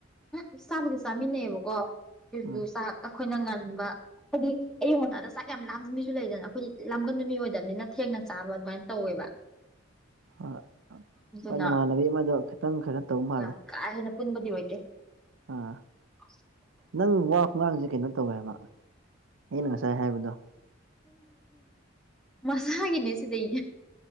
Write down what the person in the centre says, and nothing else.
ꯎ ꯆꯥꯕꯨꯗꯤ ꯆꯥꯃꯤꯟꯅꯩꯕꯀꯣ ꯑꯩꯈꯣꯏꯅ
ꯉꯟꯕ ꯍꯥꯏꯗꯤ ꯑꯌꯨ ꯉꯟꯇꯥꯗ ꯆꯥꯛ ꯌꯥꯝ ꯂꯥꯝꯁꯤꯟꯕꯤꯁꯨ ꯂꯩꯗꯅ ꯑꯩꯈꯣꯏ ꯂꯝꯒꯟ ꯅꯨ ꯃꯤ ꯑꯣꯏꯗꯕꯅꯤꯅ ꯊꯦꯡꯅ ꯆꯥꯕ ꯑꯗꯨꯃꯥꯏꯅ ꯇꯧꯋꯦꯕ
ꯑꯗꯨꯅ
ꯌꯥꯝ ꯀꯥ ꯄꯨꯟꯕꯗꯤ ꯑꯣꯏꯣꯏꯦ
ꯑ
ꯎ ꯃꯁꯒꯤ ꯅꯁꯤꯗ ꯑꯩ